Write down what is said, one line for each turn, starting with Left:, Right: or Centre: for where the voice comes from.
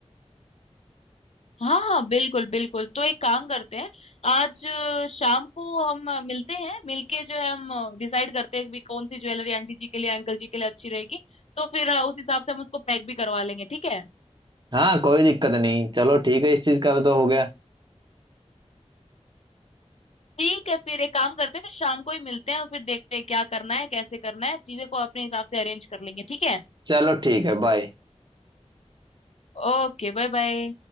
Left: हाँ हाँ बिल्कुल बिल्कुल तो एक काम करते हैं आज अ, शाम को हम अ, मिलते हैं मिलके जो है हम डिसाइड करते हैं कि भी कौन सी ज्वेलरी आंटी जी के लिए अंकल जी के लिए अच्छी रहेगी तो फिर अ, उस हिसाब से हम उसको पैक भी करवा लेंगे ठीक है
Right: हाँ कोई दिक्कत नहीं चलो ठीक है इस चीज का भी तो हो गया
Left: ठीक है फिर एक काम करते हैं फिर शाम को ही मिलते हैं और फिर देखते हैं क्या करना है कैसे करना है चीजें को अपने हिसाब से अरेंज कर लेंगे ठीक है
Right: चलो ठीक है बाय
Left: Okay bye bye